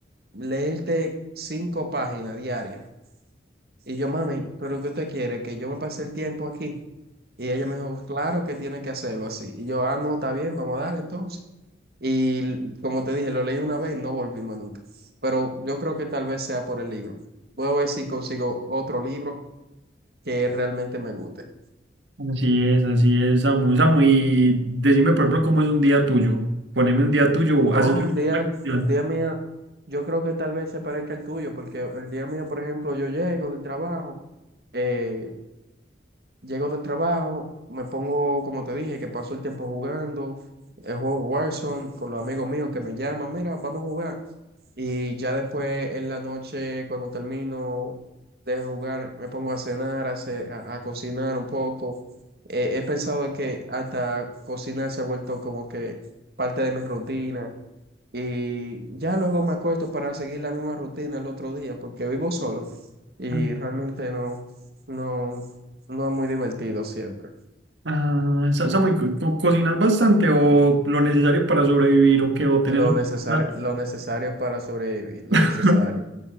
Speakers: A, on the right (about 60°); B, on the right (about 85°).
A: leerte cinco páginas diarias. Y yo, mami, ¿pero qué usted quiere? ¿Que yo me pase el tiempo aquí? Y ella me dijo, claro que tiene que hacerlo así. Y yo, ah, no, está bien, vamos a dar entonces. Y l- como te dije, lo leí una vez y no volví más nunca. Pero yo creo que tal vez sea por el libro. Voy a ver si consigo otro libro que realmente me guste.
B: Así es, así es, Samu. Samu, y decime, por ejemplo, cómo es un día tuyo. Poneme un día tuyo, o
A: No,
B: ¿haces alguna
A: un día,
B: actividad?
A: día mía, yo creo que tal vez se parezca al tuyo, porque el día mío, por ejemplo, yo llego del trabajo. eh, Llego del trabajo, me pongo, como te dije, que paso el tiempo jugando, el juego Warzone con los amigos míos que me llaman, mira, vamos a jugar. Y ya después en la noche, cuando termino de jugar, me pongo a cenar, a, ce- a- a cocinar un poco. Eh, he pensado de que hasta cocinar se ha vuelto como que parte de mi rutina. Y ya luego me acuesto para seguir la misma rutina el otro día, porque vivo solo y
B: Ah,
A: realmente no, no, no es muy divertido siempre.
B: ah, Sa- Samu, ¿y co- co- ¿cocinas bastante o lo necesario para sobrevivir o qué? ¿O tenés
A: Lo
B: un
A: necesario,
B: plato?
A: lo necesario para sobrevivir, lo
B: <laughs>
A: necesario.